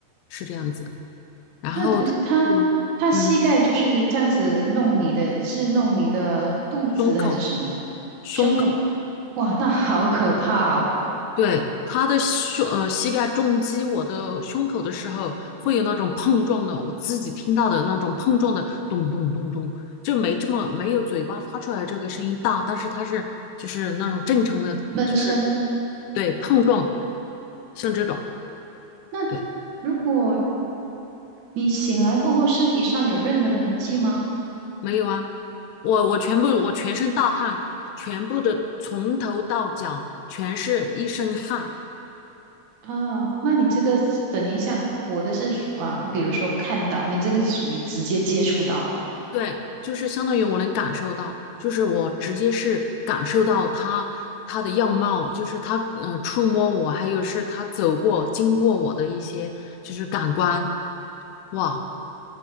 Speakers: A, on the left; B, on the right.
A: 是这样子然后他就
B: 那就他他膝盖就是这样子弄你的，
A: 嗯，
B: 是弄你的肚子还是什么？
A: 胸口胸口，
B: 胸口？哇，那好可怕哦！
A: 对，他的胸呃膝盖重击我的胸口的时候，会有那种碰撞的，我自己听到的那种碰撞的咚咚咚咚。就没这么没有嘴巴发出来这个声音大，但是它是就是那种正常的，
B: 闷声。
A: 就是对碰撞，像这种。
B: 那
A: 对。
B: 如果你醒来过后身体上有任何的痕迹吗？
A: 没有啊，我我全部我全身大汗，全部的从头到脚全是一身汗。
B: 啊，那你这个是等于像我的是属啊，比如说看到，你这个是属于直接接触到。
A: 对，就是相当于我能感受到，就是我直接是感受到他他的样貌，就是他呃触摸我，还有是他走过经过我的一些就是感官，哇，